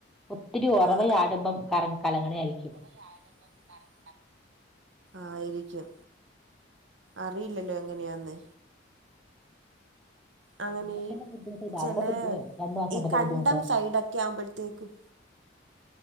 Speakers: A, in the centre; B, on the right.
A: ഒത്തിരി ഒറവയിടുമ്പം
B: ആ
A: കറ കലങ്ങണയായിരിക്ക്യും.
B: <unintelligible> കറ. ആയിരിക്കും അറിയില്ലല്ലോ എങ്ങനെയാന്ന്. അങ്ങനീ
A: വെള്ളത്തിന്റെ ബുദ്ധിമുട്ട് ഇല്ല
B: ചെലേ
A: അവിടെ ബുദ്ധി രണ്ടു മാസം
B: ഈ
A: ഉണ്ടല്ലോ
B: കണ്ടം
A: ബുദ്ധിമുട്ട്
B: സൈഡൊക്കെ ആവുമ്പോഴത്തേക്കും.